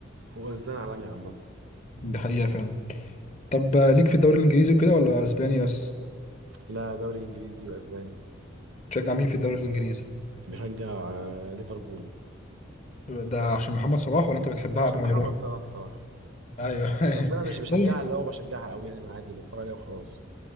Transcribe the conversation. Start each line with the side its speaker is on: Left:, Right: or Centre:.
Right: هو هزان عالمي عامة
Left: دي حقيقه فعلا طب آه، ليك في الدوري الانجليزي وكده ولا اسباني بس
Right: لا دوري انجليزي واسباني
Left: تشجع مين في الدوري الانجليزي
Right: بشجع آه، ليفربول
Left: يبقى ده عشان محمد صلاح ولا انت بتحبها
Right: عشان
Left: قبل
Right: محمد
Left: ما يروح
Right: صلاح صراحة
Left: ايوه <laughs>
Right: بس انا مش بشجعها
Left: طيب،
Right: اللي هو بشجعها قوي يعني انا عادي بتفرج عليها وخلاص